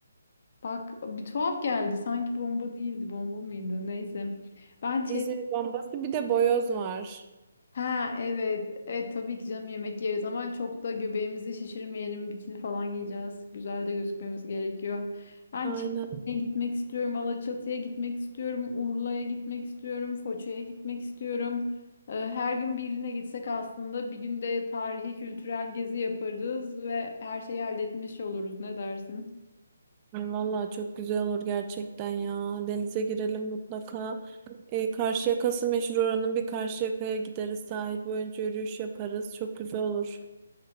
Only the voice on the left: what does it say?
Bak bir tuhaf geldi. Sanki bomba değildi. Bomba mıydı? Neyse. Ben
Ha evet. Evet tabii ki canım yemek yeriz ama çok da göbeğimizi şişirmeyelim. Bikini falan giyeceğiz. Güzel de gözükmemiz gerekiyor. Ben
Çeşme'ye gitmek istiyorum. Alaçatı'ya gitmek istiyorum. Urla'ya gitmek istiyorum. Foça'ya gitmek istiyorum. Ee, Her gün birine gitsek aslında bir günde tarihi kültürel gezi yaparız ve her şeyi halletmiş oluruz. Ne dersin?